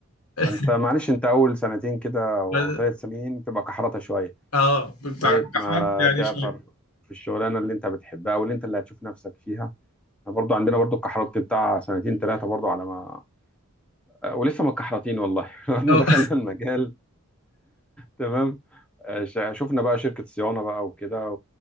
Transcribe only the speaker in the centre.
انت معلش انت اول سنتين كده او
او ثلاث سنين تبقى كحرطه شويه
لغايه ما
تعطر
في الشغلانه اللي انت بتحبها او اللي انت اللي هتشوف نفسك فيها احنا برضو عندنا برضو الكحرطه بتاع سنتين ثلاثه برضو على ما آه، ولسه ما اتكحرطين والله <laughs> لغايه ما
دخلنا المجال تمام آه، ش- شفنا بقى شركة صيانة بقى وكده